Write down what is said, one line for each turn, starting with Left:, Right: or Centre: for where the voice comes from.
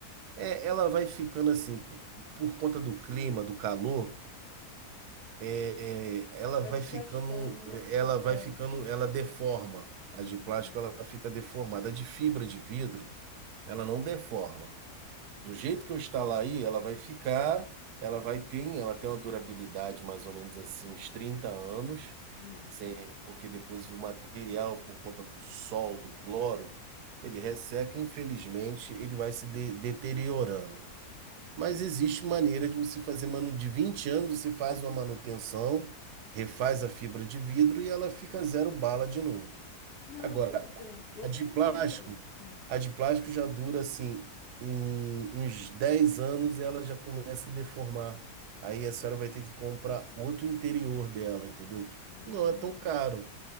Right: é, ela vai ficando assim, por, por conta do clima, do calor, é, é, ela
Left: Vai
Right: vai
Left: desgastando,
Right: ficando,
Left: né? Desbotando.
Right: ela vai ficando, ela deforma. A
Left: Hum,
Right: de plástico, ela fica deformada. A de fibra de vidro, ela não deforma. Do jeito que eu instalar aí, ela vai ficar, ela vai ter, ela tem uma durabilidade mais ou menos assim, uns 30 anos,
Left: hum.
Right: sem, porque depois o material, por conta do sol, do cloro, ele resseca, e, infelizmente, ele vai se de- deteriorando. Mas existe maneira de você fazer manu de 20 anos, você faz uma manutenção, refaz a fibra de vidro e ela fica zero bala de novo.
Left: Não,
Right: Agora,
Left: tudo bem. Eu
Right: a de
Left: prefiro.
Right: plástico,
Left: hum,
Right: a de plástico já dura assim um- uns 10 anos e ela já começa a deformar. Aí a senhora vai ter que comprar outro interior dela, entendeu? Que
Left: Hum,
Right: não é tão caro,